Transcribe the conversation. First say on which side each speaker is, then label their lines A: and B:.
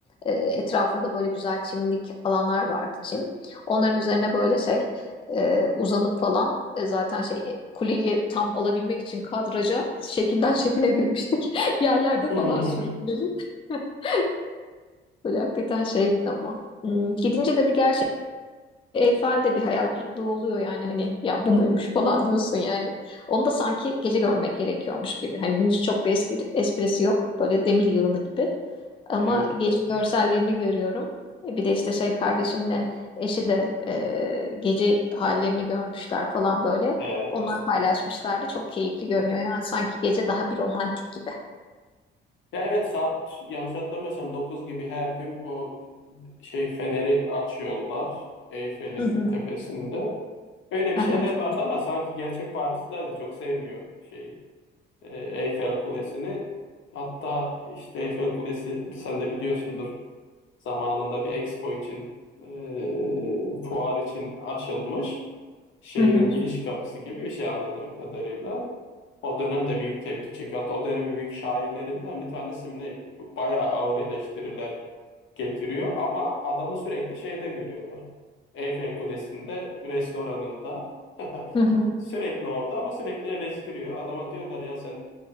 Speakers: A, on the left; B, on the left.
A: Ee, etrafında böyle güzel çimlik alanlar vardı çim. Onların üzerine böyle şey e, uzanıp falan e, zaten şey e, kuleyi tam alabilmek için kadraja şekilden şekile girmiştik. <laughs> Yerlerde
B: <laughs>
A: falan sürünüp <laughs> böyle hakikaten şeydi ama. Hmm, Gidince de bir gerçek Eyfel'de bir hayal kırıklığı oluyor yani hani ya bu muymuş falan diyorsun yani. Onu da sanki gece görmek gerekiyormuş gibi. Hani gündüz çok bir eski, esprisi yok. Böyle demir yığını gibi. Ama
B: Evet,
A: gece görsellerini görüyorum. E, Bir de işte şey kardeşimle eşi de e, gece hallerini görmüşler falan böyle.
B: evet,
A: Onlar
B: evet.
A: paylaşmışlardı. Çok keyifli görünüyor. Yani sanki gece daha bir romantik gibi.
B: Ya evet saat yanlış hatırlamıyorsam 9 gibi her gün o şey feneri açıyorlar Eyfel'in
A: Hı hı.
B: tepesinde. Öyle bir
A: Aha,
B: şeyler vardı ama sanki gerçek Parisliler de çok sevmiyor şeyi. e, Eyfel Kulesi'ni. Hatta işte Eyfel Kulesi sen de biliyorsundur zamanında bir expo için e, fuar için açılmış. şehrin
A: hı hı,
B: giriş kapısı gibi bir şey anladığım kadarıyla. O dönemde büyük tepki çekiyor. Hatta o dönemin büyük şairlerinden bir tanesi mi ne bayağı ağır eleştiriler getiriyor ama adamı sürekli şeyde görüyorlar. Eyfel Kulesi'nde restoranında <laughs>
A: hı hı,
B: sürekli orada ama sürekli eleştiriyor. Adama diyorlar ya sen